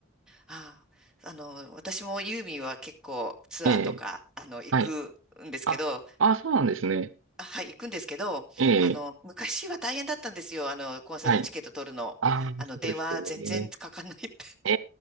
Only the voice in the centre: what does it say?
ああ、あの、私もユーミンは結構ツアーとか、
あの、行くんですけど、
あ、はい、行くんですけど、
あの、昔は大変だったんですよ。あの、コンサートチケット取るの。
あの、
電話全然かかんないって。